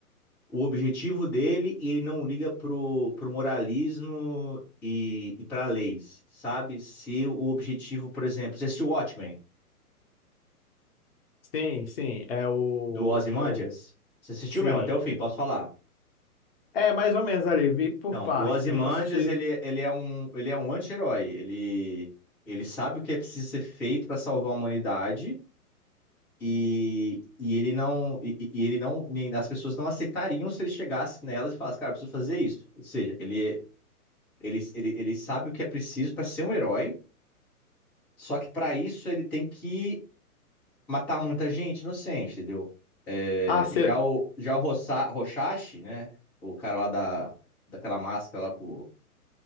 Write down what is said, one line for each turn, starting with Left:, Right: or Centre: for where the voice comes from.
Centre: o objetivo dele e ele não liga pro, pro moralismo e, e pra leis, sabe? Se o objetivo, por exemplo, você assistiu Watchmen?
Left: Sim, sim. É o,
Centre: Do Ozymandias?
Left: o...
Centre: Você assistiu
Left: Sim.
Centre: mesmo até o fim, posso falar.
Left: É, mais ou menos ali, vi por
Centre: Então,
Left: partes.
Centre: o Ozymandias,
Left: Eu não assisti
Centre: ele, ele é um, ele é um anti-herói. Ele, ele sabe o que é preciso ser feito para salvar a humanidade e, e ele não, e, e- e ele não, nem- as pessoas não aceitariam se ele chegasse nelas e falasse, cara, eu preciso fazer isso. Ou seja, ele, ele, ele, ele sabe o que é preciso para ser um herói, só que para isso ele tem que matar muita gente inocente, entendeu? É,
Left: Ah, ser...
Centre: já o, já o Rosa- Roshashi, né? O cara lá da, daquela máscara lá com,